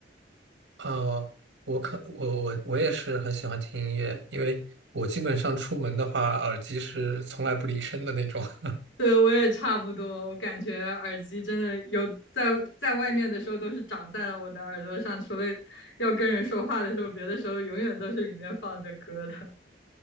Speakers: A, on the right (about 80°); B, on the left (about 85°).
A: 哦，我可我我我也是很喜欢听音乐，因为我基本上出门的话，耳机是从来不离身的那种。<laughs>
B: <laughs> 对，我也差不多，我感觉耳机真的有在在外面的时候都是长在了我的耳朵上，除了要跟人说话的时候，别的时候永远都是里面放着歌的。